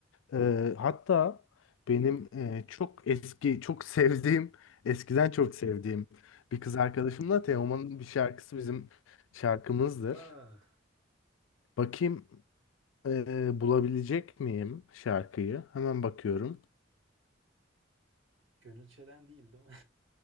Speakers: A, on the left; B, on the right.
A: Ee, hatta benim e, çok eski, çok <laughs> sevdiğim, eskiden çok sevdiğim bir kız arkadaşımla Teoman'ın
B: Hı hı.
A: bir şarkısı bizim şarkımızdır.
B: Aa,
A: Bakayım Ee, bulabilecek miyim şarkıyı? Hemen bakıyorum.
B: Gönül Çelen değil değil mi?